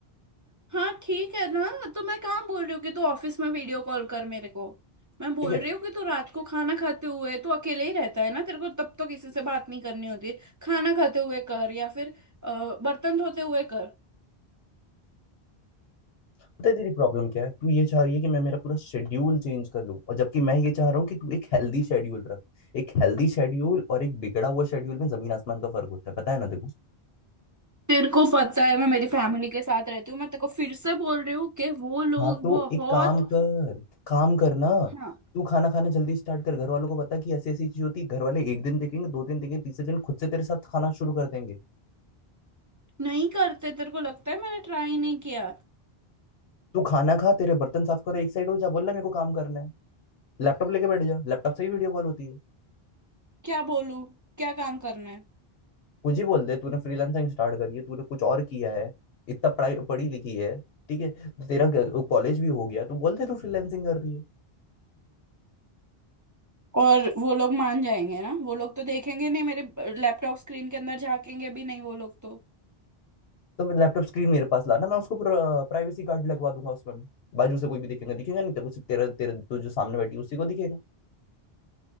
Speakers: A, on the right (about 30°); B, on the left (about 80°).
A: हाँ ठीक है ना तो मैं कहाँ बोल रही हूँ कि तू ऑफिस में वीडियो कॉल कर मेरे को मैं बोल
B: ठीक है
A: रही हूँ कि तू रात को खाना खाते हुए तू अकेले ही रहता है ना तेरे को तब तो किसी से बात नहीं करनी होती खाना खाते हुए कर या फिर अ, बर्तन धोते हुए कर
B: पता है तेरी प्रॉब्लम क्या है तू ये चाह रही है कि मैं मेरा पूरा शेड्यूल चेंज कर लूं और जबकि मैं ये चाह रहा हूँ कि तू एक हेल्दी शेड्यूल रख एक हेल्दी शेड्यूल और एक बिगड़ा हुआ शेड्यूल में जमीन आसमान का फर्क होता है पता है ना देखो
A: तेरे को पता है मैं मेरी फैमिली के साथ रहती हूँ मैं तेरे को फिर से बोल रही हूँ कि वो लोग
B: हाँ तो
A: बहुत
B: एक काम कर काम करना
A: हाँ
B: तू खाना खाना जल्दी स्टार्ट कर घर वालों को बता कि ऐसी ऐसी चीज होती है घर वाले एक दिन देखेंगे दो दिन देखेंगे तीसरे दिन खुद से तेरे साथ खाना शुरू कर देंगे
A: नहीं करते तेरे को लगता है मैंने ट्राई नहीं किया
B: तू खाना खा तेरे बर्तन साफ करो एक साइड हो जा बोलना मेरे को काम करना है लैपटॉप लेके बैठ जा लैपटॉप से ही वीडियो कॉल होती है
A: क्या बोलूँ क्या काम करना है
B: कुछ ही बोल दे तूने फ्रीलांसिंग स्टार्ट करी है तूने कुछ और किया है इतना पढ़ाई पढ़ी लिखी है ठीक है तो तेरा कॉलेज भी हो गया तू बोल दे तू फ्रीलांसिंग कर रही है
A: और वो लोग मान जाएंगे ना वो लोग तो देखेंगे नहीं मेरे लैपटॉप स्क्रीन के अंदर झांकेंगे भी नहीं वो लोग तो
B: तो मैं लैपटॉप स्क्रीन मेरे पास लाना मैं उसको प्राइवेसी कार्ड लगवा दूंगा उसमें मैं बाजू से कोई भी दिखेगा दिखेगा नहीं तेरे को सिर्फ तेरा तेरा तू जो सामने बैठी है, उसी को दिखेगा